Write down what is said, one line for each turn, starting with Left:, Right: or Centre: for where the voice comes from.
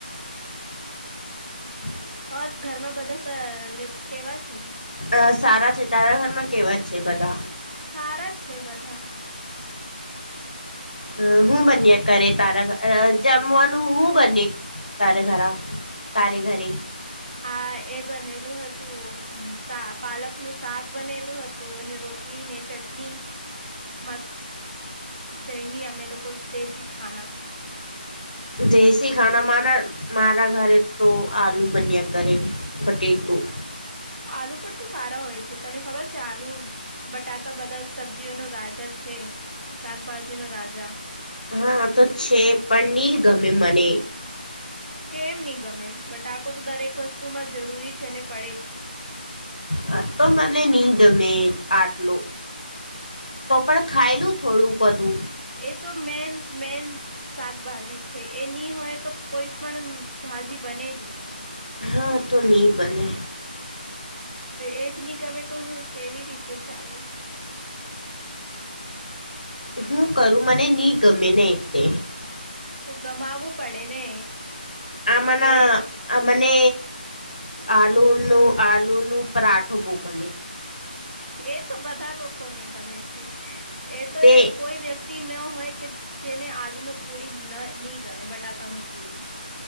Left: <inaudible>
Right: હોર ઘરમાં બધા લોકો કેવા છે?
Left: અ સારા છે તારા ઘરમાં કેવા છે બધા?
Right: સારા છે બધા.
Left: અ હું બન્યા કરરે તારા જમવાનું હું બની તારા ઘરા? તારે ઘરે.
Right: હા એ બનેલું હતું સા પાલક નું શાક બનેલું હ તુ ને રોટલી ને ચટણી મસ્ત જૈમી અમે એ લોકો દેશી ખાના.
Left: દેશી ખાના મારા મારા ઘરે તો આલુ બન્યા કરે. પટેટું
Right: આલુ પણ તો સારા હોય છે તને ખબર છે આલુ બટાકા બધા સબ્જીઓ ન રાજા છે શાકભાજી નો રાજા.
Left: હા તો છે પણ નહી ગમે મને.
Right: કેમ નહી ગમે એમ બટાકો તો દરેક વસ્તુમાં જરૂરી છે અને પડે છે?
Left: હ તો મને નની જમે આટલો. તો પણ ખાયલું થોડું બધું.
Right: એ તો મેન મેન. શાકભાજી છે એ નહી હોય તો કોઈ પણ ભાજી બને જ નહી.
Left: હા તો નની બને
Right: એજ નહી ગમે તો કેવી રીતે ચાલે?
Left: હું કરું મને નહી ગમે ને તે.
Right: તોું ગમાવવું પડે ને
Left: આમાંના
Right: એ.
Left: આ મને આલુનું, આલુનું પરાઠો બુ ગમે.
Right: એ તો બધા લોકોને ગમે છે. એ તો
Left: તે
Right: એવું કોઈ વ્યક્ ક્તિ ન હોય કે જેને આલુ નું પુરી ન ની ગમે, બટાકા નું પુરી.